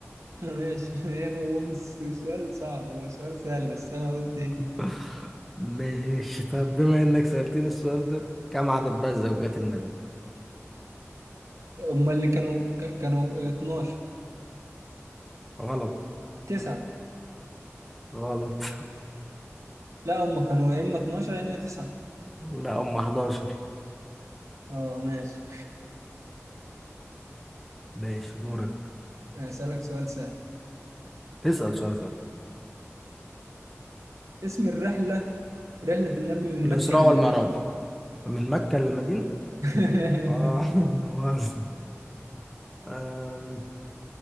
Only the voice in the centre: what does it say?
<laughs> ماشي طب بما انك سألتني السؤال ده كم عدد بقى زوجات النبي
غلط
<clears throat> غلط
<laughs> لا هم 11
ماشي دورك
اسأل سؤال سؤال
الإسراء
والمعراج من مكة للمدينة
اه <laughs> لا مؤاخذة. أم،